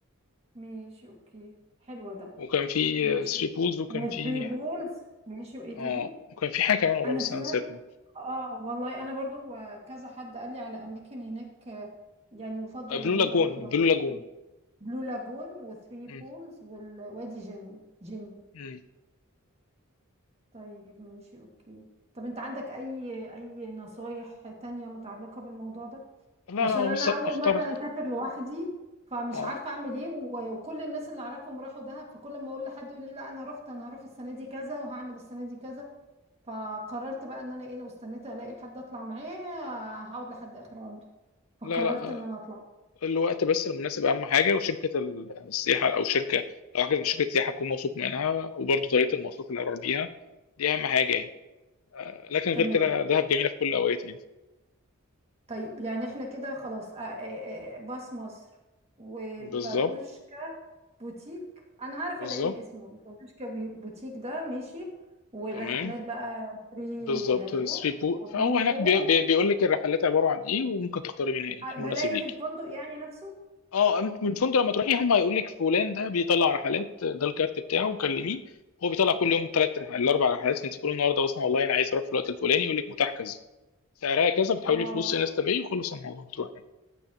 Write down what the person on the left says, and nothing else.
وكان في
3 بولز وكان
في
اه وكان في حاجه كمان والله
بس
انا نسيتها
آه، بلو
لاجون
بلو لاجون
مم.
مم.
لا
لا
بص اختار
اه
لا لا آه،
الوقت بس المناسب اهم حاجه وشركه السياحه او شركه لو حاجه من شركه سياحه اكون موثوق منها وبرضه طريقه المواصلات اللي هروح بيها دي اهم حاجه يعني لكن غير
كده دهب جميله في كل الاوقات يعني
بالظبط
بالظبط
تمام
بالظبط
3 بو
فهو هناك
بي بي بيقول لك الرحلات عباره عن ايه وممكن تختاري منها ايه
المناسب ليك
اه انت من فندق لما تروحي هم هيقول لك فلان ده بيطلع رحلات ده الكارت بتاعه كلميه هو بيطلع كل يوم ثلاث رحلات الاربع رحلات انت تقولي النهارده مثلا والله انا عايز اروح في الوقت الفلاني يقول لك متاح كذا سعرها كذا بتحولي
فلوس انستا باي وخلص الموضوع بتروحي